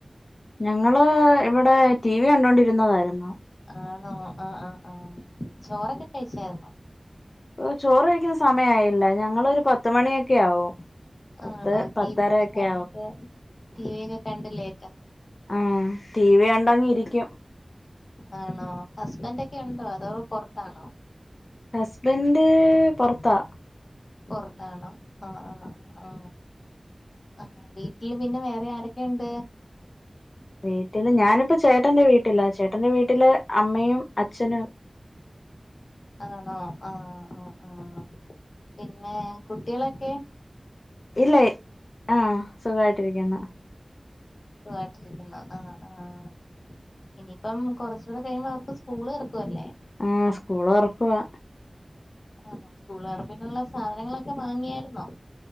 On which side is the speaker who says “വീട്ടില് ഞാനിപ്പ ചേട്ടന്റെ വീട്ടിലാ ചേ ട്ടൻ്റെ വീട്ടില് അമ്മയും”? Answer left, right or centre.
Left